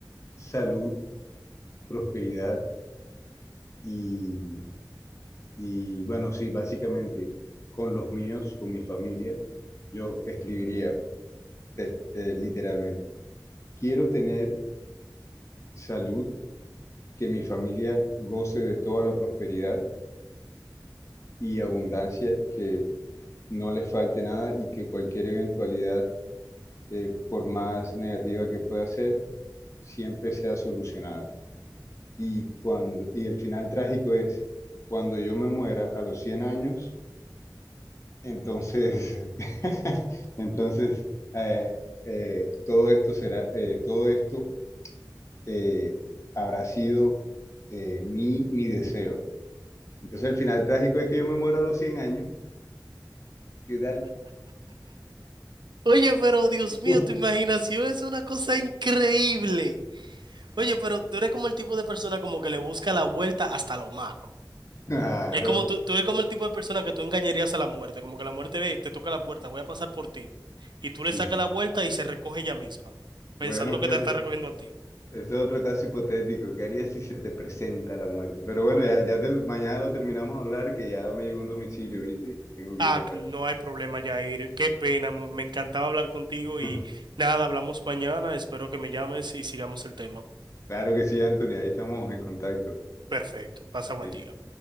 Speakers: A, on the left (about 40°); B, on the right (about 75°).
A: salud, prosperidad y, y bueno, sí, básicamente con los míos, con mi familia, yo escribiría te- eh, literalmente. Quiero tener Salud, que mi familia goce de toda la prosperidad y abundancia, que no les falte nada y que cualquier eventualidad, eh, por más negativa que pueda ser, siempre sea solucionada. Y cuando, y el final trágico es, cuando yo me muera a los 100 años, entonces, <laughs> entonces eh, eh, todo esto será, eh, todo esto eh, habrá sido eh, mi, mi deseo. Entonces el final trágico es que yo me muero a los 100 años. ¿Qué tal?
B: Oye, pero Dios
A: <laughs>
B: mío, tu imaginación es una cosa increíble. Oye, pero tú eres como el tipo de persona como que le busca la vuelta hasta lo malo.
A: Claro.
B: Es como tú, tú eres como el tipo de persona que tú engañarías a la muerte, como que la muerte ve, te toca la puerta, voy a pasar por ti. Y tú
A: Sí,
B: le sacas
A: sí.
B: la vuelta y se recoge ella misma, pensando
A: Bueno,
B: que
A: fíjate,
B: te está recogiendo a ti.
A: este es otro caso hipotético. ¿Qué harías si se te presenta la muerte? Pero bueno, ya, ya te- mañana lo terminamos de hablar, que ya me llegó un domicilio, ¿viste? Tengo que
B: Ah,
A: ir rescatar.
B: no hay problema, Jair. Qué pena, me me encantaba hablar contigo y
A: <laughs>
B: nada, hablamos mañana. Espero que me llames y sigamos el tema.
A: Claro que sí, Anthony, ahí estamos en contacto.
B: Perfecto, pasa buen
A: Sí.
B: día.